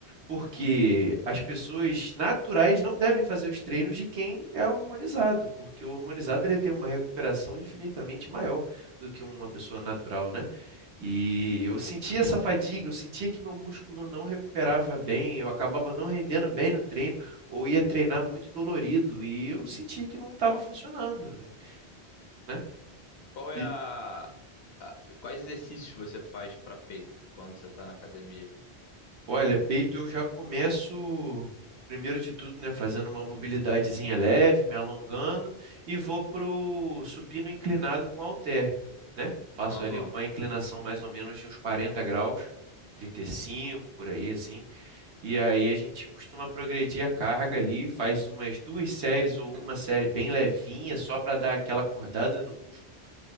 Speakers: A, on the right; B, on the left.
A: Porque
B: Uhum.
A: as pessoas naturais não devem fazer os treinos de quem é hormonizado, porque o hormonizado ele tem uma recuperação infinitamente maior do que uma pessoa natural, né? E eu sentia essa fadiga, eu sentia que meu músculo não recuperava bem, eu acabava não rendendo bem no treino, ou ia treinar muito dolorido, e eu sentia que não estava funcionando, né?
B: Qual é
A: E
B: a, a- quais exercícios você faz pra peito quando você tá na academia?
A: olha, peito eu já começo, primeiro de tudo, né, fazendo uma mobilidadezinha leve, me alongando, e vou pro supino inclinado com halter, né? Faço
B: Aham.
A: ali uma inclinação mais ou menos de uns 40 graus, 35 por aí assim. E aí a gente costuma progredir a carga ali, faz umas duas séries ou uma série bem levinha, só para dar aquela acordada no músculo.